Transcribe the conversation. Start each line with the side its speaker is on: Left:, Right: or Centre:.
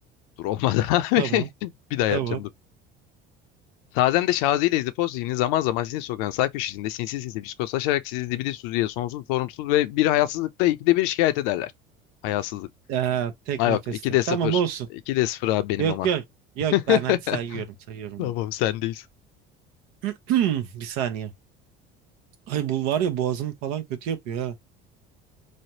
Left: Dur olmadı <laughs> abi.
Right: Tamam.
Left: Bir daha yapacağım
Right: Tamam.
Left: dur. Sazen'de Şazi ile Zipos zihni zaman zaman sizin sokağın sağ köşesinde sinsi sinsi psikoslaşarak sizi dibili suziye sonsuz sorumsuz ve bir hayasızlıkta ikide bir şikayet ederler. Hayasızlık.
Right: Ee, tek
Left: Ha
Right: nefeste.
Left: yok. 2'de 0.
Right: Tamam olsun.
Left: 2'de sıfır abi benim
Right: Yok
Left: ama.
Right: yok. Yok
Left: <laughs>
Right: ben hadi sayıyorum sayıyorum.
Left: Tamam sendeyiz.
Right: <clears throat> Bir saniye. Ay bu var ya boğazımı falan kötü yapıyor ha.